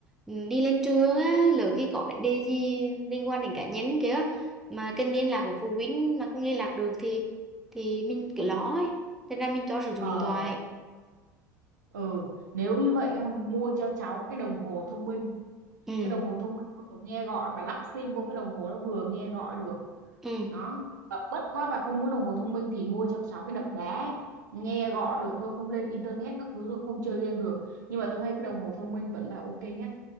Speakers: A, in the centre; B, on the right.
A: ừ, đi lên trường á lỡ khi có vấn đề gì liên quan đến cá nhân kìa mà cần liên lạc với phụ huynh mà không liên lạc được thì thì mình cứ lo ấy thế nên mình cho sử dụng
B: Ờ,
A: điện thoại
B: ừ, nếu như vậy không mua cho cháu cái đồng hồ thông minh,
A: ừ
B: cái đồng hồ thông minh vừa nghe gọi bà lắp sim vô cái đồng hồ nó vừa nghe gọi được
A: ừ
B: đó Và bất quá bà không muốn đồng hồ thông minh thì mua cho cháu cái đập đá ấy. nghe gọi được thôi không lên internet các thứ được không chơi game được nhưng mà tôi thấy cái đồng hồ thông minh vẫn là ok nhất